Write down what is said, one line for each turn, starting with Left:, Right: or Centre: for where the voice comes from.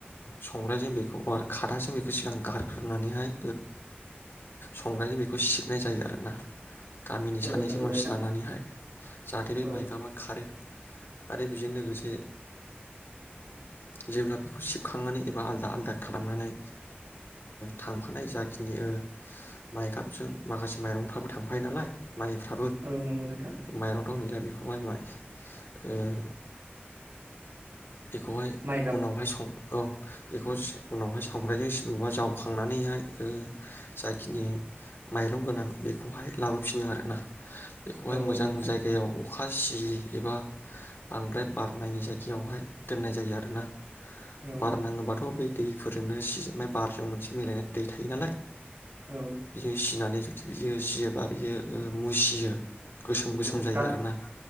Left: संग्रायजों बेखौबो खादाजों बेखौ सिगां गारग्रोनानैहाय संग्रायजों बेखौ सिबनाय जायो आरोना गामिनि
Right: औ
Left: सानैसो
Right: नंगौ
Left: मानसि
Right: नोंथां
Left: लानानैहाय जाहाथे बे
Right: औ
Left: माइ गाबा खारो आरो बेजों लोगोसे जेब्ला बेखौ सिबखांनानै एबा आलदा आलदा खालामनानै थांफानाय जाखिनि माइ गाबजों माखासे माइरंफ्राबो थांफायो नालाय माइफ्राबो
Right: औ नंगौ नोंथां
Left: माइरं थावनि <unintelligible> बेखौहाय <unintelligible> बेखौहाय
Right: माइ गाब
Left: उनावहाय सं औ बेखौ उनावहाय सावग्राजों सि मबा जावखांनानैहाय जाखिनि माइरं गोनां बेखौहाय लाबोफिनो आरोना बेखौहाय
Right: औ
Left: मोजां
Right: नंगौ नोंथां
Left: जायगायाव अखा सि एबा बांद्राय बारनायनि जायगायावहाय दोननाय जायो आरो ना
Right: औ
Left: बार नाङोबाथ' बे दैफोरजोंनो सि माय बारजों मोनसे मिलायनानै दै थायो नालाय
Right: औ
Left: बिदि सिनानै जुदि बियो सियोबा बियो मुसियो गोसोम गोसोम
Right: औ
Left: जायो
Right: गाज
Left: आरोना